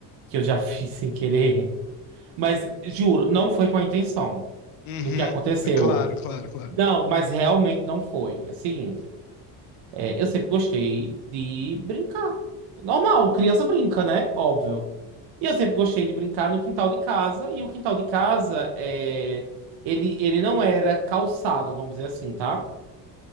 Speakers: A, on the right; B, on the left.
A: que eu já <laughs> fiz sem querer. Mas juro, não foi com a intenção
B: Uhum.
A: do que aconteceu.
B: Claro, claro, claro.
A: Não, mas realmente não foi. É o seguinte, é, eu sempre gostei de brincar. Normal, criança brinca, né? Óbvio. E eu sempre gostei de brincar no quintal de casa. E o quintal de casa, é, ele, ele não era calçado, vamos dizer assim, tá?